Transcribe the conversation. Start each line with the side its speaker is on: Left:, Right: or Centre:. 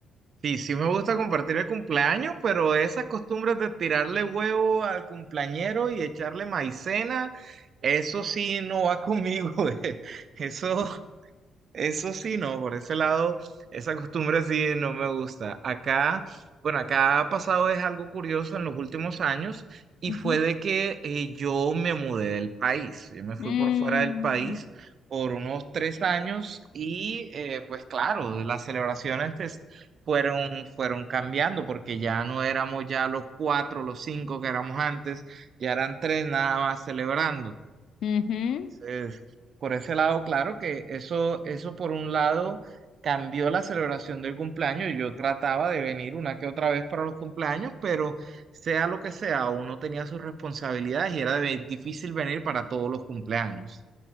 Right: Sí, sí me gusta compartir el cumpleaños, pero esas costumbres de tirarle huevo al cumpleañero y echarle maicena, eso sí no va conmigo. <laughs> eh. Eso Eso sí, no, por ese lado, esa costumbre sí no me gusta. Acá, bueno, acá ha pasado es algo curioso en los últimos años y
Left: Ujú.
Right: fue de que eh, yo me mudé del país. Yo me fui
Left: Mm,
Right: por fuera del país por unos tres años y eh, pues claro, las celebraciones pues, fueron, fueron cambiando porque ya no éramos ya los cuatro, los cinco que éramos antes, ya eran tres nada más celebrando.
Left: ujú,
Right: Entonces, por ese lado, claro que eso, eso por un lado cambió la celebración del cumpleaños. Yo trataba de venir una que otra vez para los cumpleaños, pero sea lo que sea, uno tenía sus responsabilidades y era de- difícil venir para todos los cumpleaños.